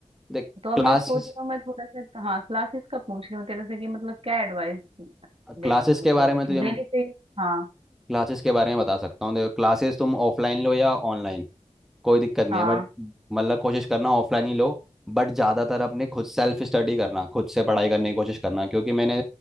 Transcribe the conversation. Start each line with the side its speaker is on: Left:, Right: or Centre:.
Centre: देख
Right: तो अब मैं
Centre: क्लासेस
Right: सोच रही हूँ मैं थोड़ा सा हाँ क्लासेस का पूछ रही हूँ तेरे से कि मतलब क्या एडवाइस देगा
Centre: क्लासेस
Right: मुझे
Centre: के बारे में
Right: कि
Centre: तुझे
Right: लेनी चाहिए हाँ
Centre: क्लासेस के बारे में बता सकता हूँ देखो क्लासेस तुम ऑफलाइन लो या ऑनलाइन कोई दिक्कत नहीं
Right: हाँ
Centre: है बट मतलब कोशिश करना ऑफलाइन ही लो बट ज़्यादातर अपने खुद सेल्फ स्टडी करना खुद से पढ़ाई करने की कोशिश करना क्योंकि मैंने